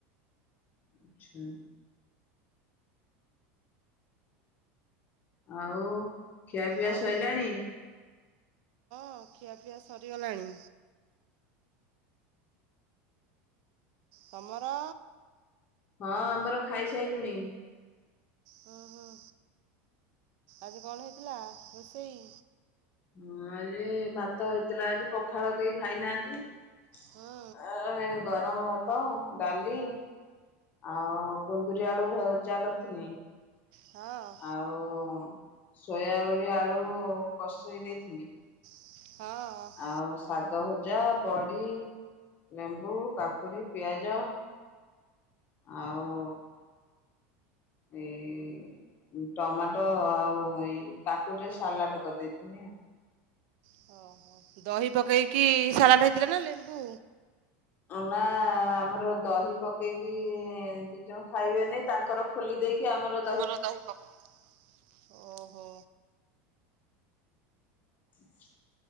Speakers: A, on the left; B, on the right.
A: ଆଛା। ଆଉ ଖିଆ ପିଆ
B: ଆଉ
A: ସଇଲାଣି?
B: ହଁ ଖିଆପିଆ ସରିଗଲାଣି। ତମର?
A: ହଁ ଆମର ଖାଇସାରିଲୁଣି।
B: ହୁଁ ହୁଁ ଆଜି କଣ ହେଇଥିଲା ରୋଷେଇ?
A: ହଁ ଆଜି ଭାତ ହେଇଥିଲା ଆଜି ପଖାଳ କେହି ଖାଇନାହାନ୍ତି।
B: ହୁଁ
A: <inaudible> ଗରମ ଭାତ ଡାଲି ଆଉ କୁନ୍ଦୁରି ଆଳୁ ଭଜା କରିଥିଲି।
B: ହଁ।
A: ଆଉ ସୋୟାବଡି ଆଳୁ କଷେଇ ଦେଇଥିଲି।
B: ହଁ।
A: ଆଉ ଶାଗ ଭଜା ବଡ଼ି ଲେମ୍ବୁ କାକୁଡି ପିଆଜ ଆଉ ଏଇ ଟମାଟୋ ଆଉ ଏଇ କାକୁଡିରେ ସାଲାଡ କରିଦେଇଥିନି ଆଉ
B: <unintelligible> ଦହି ପକେଇକି ସାଲାଡ ହେଇଥିଲା ନା ଲେମ୍ବୁ?
A: ନା ଆମର ଦହି ପକେଇକି ଦି ଜଣ ଖାଇବେନି ତାଙ୍କର ଖୋଲି ଦେଇକି ଆମର
B: ଆମର ଦହି ପକେଇ ଓହୋ
A: <unintelligible>